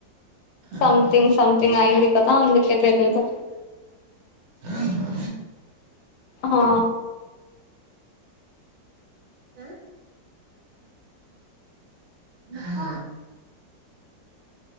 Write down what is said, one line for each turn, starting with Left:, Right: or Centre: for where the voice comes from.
Right: ఆహా,
Left: సంథింగ్ సంథింగ్ అయింది కదా అందుకే తెలీదు
Right: ఆహా
Left: హా
Right: ఆ హా